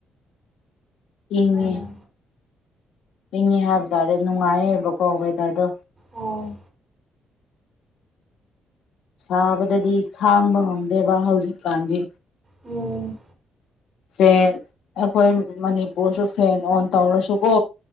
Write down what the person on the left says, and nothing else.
ꯏꯉ
ꯂꯤꯡꯉꯦ ꯍꯥꯏꯕ ꯇꯔꯦ ꯅꯨꯡꯉꯥꯏꯌꯦꯕꯀꯣ ꯋꯦꯗꯔꯗꯣ
ꯁꯥꯕꯗꯗꯤ ꯈꯥꯡꯕ ꯉꯝꯗꯦꯕ ꯍꯧꯖꯤꯛꯀꯥꯟꯗꯤ
ꯐꯦꯟ ꯑꯩꯈꯣꯏ ꯃꯅꯤꯄꯨꯔꯁꯨ ꯐꯦꯟ ꯑꯣꯟ ꯇꯧꯔꯁꯨꯀꯣ